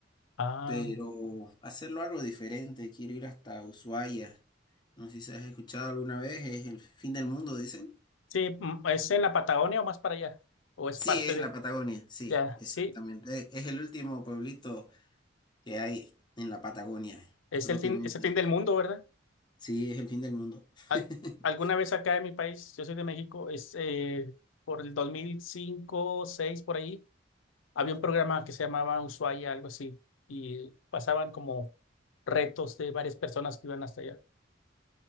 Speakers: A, on the left (about 85°); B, on the left (about 25°).
A: Ah,
B: pero hacerlo algo diferente. Quiero ir hasta Ushuaia. No sé si has escuchado alguna vez, es el fin del mundo, dicen.
A: sí, mm, ¿es en la Patagonia o más para allá? ¿O es
B: Sí,
A: parte
B: es
A: de...?
B: en la Patagonia, sí,
A: Ya,
B: exactamente.
A: sí.
B: Es, es el último pueblito que hay en la Patagonia,
A: Es
B: propiamente
A: el fin, es el fin
B: dicho.
A: del mundo, ¿verdad?
B: Sí, es el fin del mundo.
A: Al-
B: <laughs>
A: alguna vez acá en mi país, yo soy de México, es eh, por el 2005, 6 por ahí, había un programa que se llamaba Ushuaia, algo así, y pasaban como retos de varias personas que iban hasta allá.